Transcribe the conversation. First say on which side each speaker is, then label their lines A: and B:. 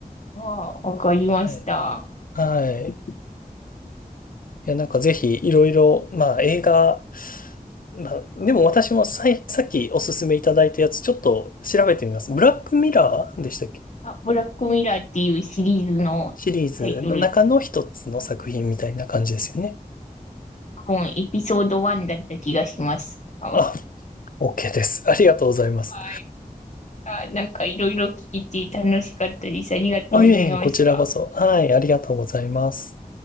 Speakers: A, on the left; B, on the left.
A: ああ、わかりました。
B: はい。はい。いや、なんかぜひいろいろ、まあ映画、まあでも私もさい、さっきおすすめいただいたやつちょっと調べてみます。ブラックミラーでしたっけ
A: あ、ブラックミラーっていうシリーズのタイトル、
B: シリーズの中の一つの作品みたいな感じですよね。
A: 多分エピソード1だった気がします。あ、
B: あ、
A: は
B: OK です。ありがとうございます。
A: い。あ、なんかいろいろ聞いて楽しかったです。ありがとうございました。
B: あ、いえいえ、こちらこそ。はい、ありがとうございます。